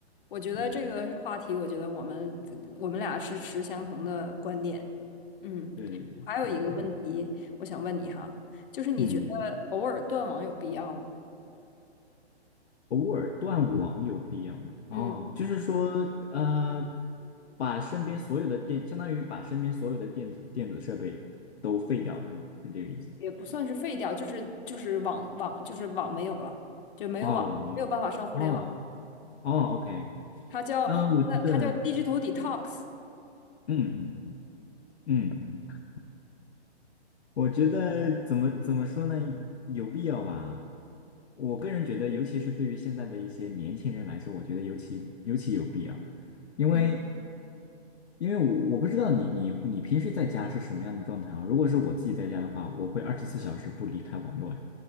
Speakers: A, on the left (about 50°); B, on the left (about 70°).
A: 我觉得这个话题，
B: 嗯，
A: 我觉得我们我们俩是持相同的观点。嗯，
B: 对对对，
A: 还有一个问题，
B: 是的。嗯。
A: 我想问你哈，就是你觉得偶尔断网有必要吗？
B: 嗯，偶尔断网有必要吗？哦，
A: 嗯。
B: 就是说，呃，把身边所有的电，相当于把身边所有的电子电子设备都废掉，是吗？是这个意思吗？
A: 也不算是废掉，就是就是网网就是网没有了，就没有网，
B: 哦，我没有。
A: 没有办法上互联网。
B: 哦，哦，OK，
A: 它叫它它叫
B: 嗯，我觉得，
A: digital
B: 嗯
A: detox，
B: 嗯嗯嗯嗯。我觉得怎么怎么说呢？有必要吧。我个人觉得，尤其是对于现在的一些年轻人来说，我觉得尤其尤其有必要，因为
A: 嗯，
B: 因为我我不知道你你你平时在家是什么样的状态啊？如果是我自己在家的话，我会二十四小时不离开网络，